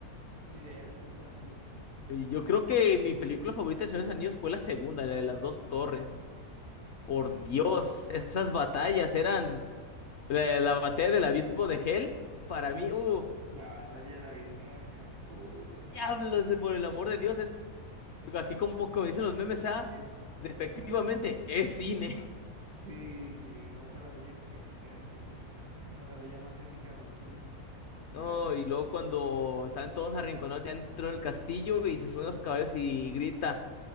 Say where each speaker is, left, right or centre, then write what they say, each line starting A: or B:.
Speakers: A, on the right (about 80°); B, on the left (about 60°).
A: y de elfos también. Es,
B: Y Yo creo que mi película favorita del Señor de los Anillos fue la segunda, la de las dos torres. Por
A: mm,
B: Dios, esas batallas eran La, la batalla del abismo de Hell, para
A: uf,
B: mí, uh,
A: la batalla del abismo de Helm. Uy, esa,
B: diablos, por el amor de Dios, es así como, como dicen los memes, ah,
A: es,
B: de- efectivamente,
A: esa,
B: es cine,
A: sí, sí, no, esa batalla es épica, es épica. mm, Las batallas más épicas del cine.
B: <laughs> ¿no?
A: Uf,
B: Y luego cuando están todos arrinconados ya dentro del castillo y se suben los caballos y grita,